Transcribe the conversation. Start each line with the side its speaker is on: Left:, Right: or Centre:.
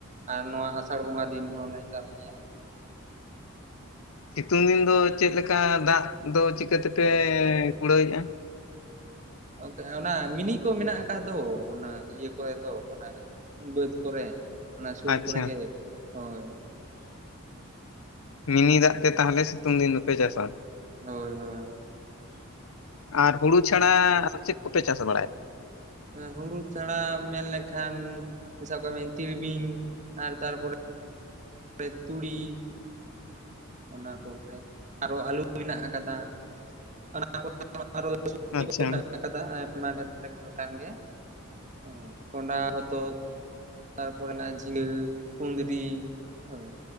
Right: ᱟᱨ ᱱᱚᱣᱟ ᱟᱥᱟᱲ ᱵᱚᱸᱜᱟ ᱫᱤᱱ ᱦᱚᱸᱞᱮ ᱪᱟᱥ ᱜᱮᱭᱟ᱾
Left: ᱥᱤᱛᱩᱝ ᱫᱤᱱ ᱫᱚ ᱪᱮᱫ ᱞᱮᱠᱟ ᱫᱟᱜ ᱫᱚ ᱪᱤᱠᱟᱹ ᱛᱮ ᱯᱮ ᱠᱩᱲᱟᱹᱣᱮᱜ-ᱟ?
Right: ᱚᱱᱛᱮ ᱚᱱᱟ ᱢᱤᱱᱤ ᱠᱚ ᱢᱮᱱᱟᱜ ᱟᱠᱟᱫ ᱫᱚ ᱚᱱᱟ ᱤᱭᱟᱹ ᱠᱚᱨᱮ ᱫᱚ ᱚᱱᱟ ᱵᱟᱹᱫ ᱠᱚᱨᱮ, ᱚᱱᱟ ᱥᱩᱨ
Left: ᱟᱪᱪᱷᱟ
Right: ᱠᱚᱨᱮ ᱜᱮ ᱦᱳᱭ᱾
Left: ᱢᱤᱱᱤ ᱫᱟᱜ ᱛᱮ ᱛᱟᱦᱞᱮ ᱥᱤᱛᱳᱝ ᱫᱤᱱ ᱫᱚᱯᱮ ᱪᱟᱥᱟ?
Right: ᱦᱳᱭ ᱦᱳᱭ᱾
Left: ᱟᱨ ᱦᱩᱲᱩ ᱪᱷᱟᱲᱟ ᱪᱮᱫ ᱠᱚᱯᱮ ᱪᱟᱥ ᱵᱟᱲᱟᱭᱟ?
Right: ᱦᱮᱸ, ᱦᱩᱲᱩ ᱪᱷᱟᱲᱟ ᱢᱮᱱ ᱞᱠᱷᱟᱱ ᱥᱟᱵ ᱠᱟᱜ ᱢᱮ ᱛᱤᱞᱢᱤᱧ ᱟᱨ ᱛᱟᱨᱯᱚᱨᱮ ᱨᱮ ᱛᱩᱲᱤ ᱚᱱᱟ ᱠᱚᱜᱮ, ᱟᱨᱚ ᱟᱹᱞᱩ ᱢᱮᱱᱟᱜ ᱟᱠᱟᱫᱟ᱾ <unintelligible>
Left: ᱟᱪᱪᱷᱟ
Right: ᱠᱟᱫᱟᱢ, ᱟᱭᱢᱟ ᱫᱷᱮᱨ ᱴᱟᱸᱜᱟᱣᱟᱠᱟᱱ ᱜᱮ, ᱦᱩᱸ᱾ ᱠᱚᱸᱰᱟᱷᱟ, ᱦᱚᱛᱚᱫ ᱛᱟᱨᱯᱚᱨᱮ ᱢᱮᱱᱟᱜ-ᱟ ᱡᱷᱤᱸᱜᱟᱹ, ᱠᱩᱸᱫᱽᱨᱤ ᱦᱳᱭ